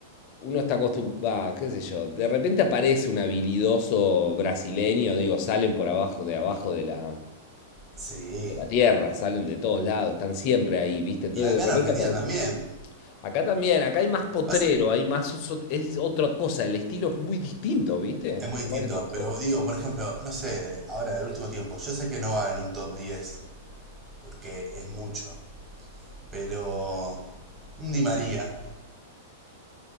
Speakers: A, on the left (about 45°); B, on the right (about 20°).
A: uno está acostumbrado, qué sé yo, de repente aparece un habilidoso brasileño, digo, salen por abajo, de abajo de la,
B: Sí.
A: de la tierra, salen de todos lados, están siempre ahí, ¿viste? Entonces
B: Y acá
A: de repente
B: en Argentina
A: aparece.
B: también.
A: Acá también, acá hay más potrero,
B: Pasa que
A: hay más, so- so, es otra cosa, el estilo es muy distinto, ¿viste?
B: es muy distinto,
A: Por más que estemos
B: pero
A: cerca.
B: digo, por ejemplo, no sé, ahora del último tiempo, yo sé que no va en un top 10 porque es mucho, pero un Di María,